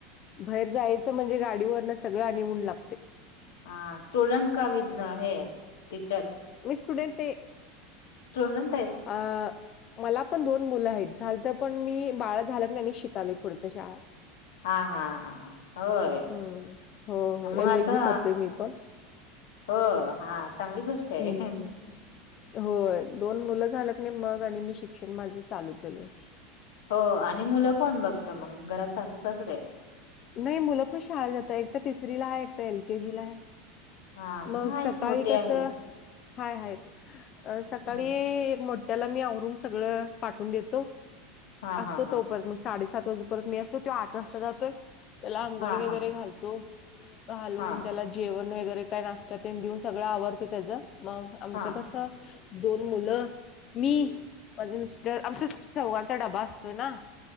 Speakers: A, on the left; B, on the left.
A: बाहेर जायचं म्हणजे गाडी वरनं सगळं आणि ऊन लागतय.
B: हा स्टूडंट का वि है टीचर
A: मी स्टुडन्ट आहे.
B: स्टुडन्ट हाय.
A: आ. मला पण दोन मुलं आहेत, झालं तर पण मी बाळ झाल्यात नी शिकालोय पुढचं शाळा.
B: हा हा हा होय,
A: हम्म. हो, हो.
B: मग
A: एल-एल-बी
B: आता
A: करते मी पण.
B: हो हा चांगली गोष्ट आहे
A: हम्म हम् होय दोन मुलं झालंका नाही मग आणि मी शिक्षण माझं चालू केलंय.
B: हो आणि मुलं कोण बघत मग, घरात सासू सासरे?
A: नाही मुलंपण शाळेला जात, एकटा तिसरीला हाय एकटा एलकेजीला हाय.
B: हा
A: मग सकाळी
B: आहेत मोठे
A: कसं
B: आहेत
A: हाय हाय, सकाळी
B: हम्म.
A: एक मोठ त्याला मी आवरून सगळं पाठवून देतो,
B: हा
A: असतो
B: हा हा
A: तोपण मग. साडेसात वाजेपर्यंत मी असतो, तो आठ वाजता जातोय. त्याला अंघोळ
B: हा
A: वगैरे
B: हा
A: घालतो घालून
B: हा हा
A: त्याला जेवण वगैरे काय नाश्ता तेन देऊन सगळं आवरतो त्याचं मग आमचं
B: हा
A: कसं दोन मुलं मी, माझं मिस्टर आमचा चौघांचा डबा असतोय ना.